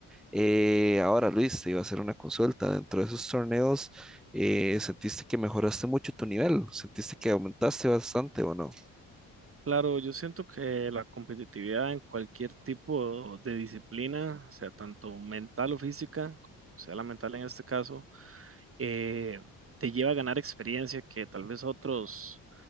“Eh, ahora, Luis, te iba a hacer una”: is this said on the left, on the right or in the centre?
Centre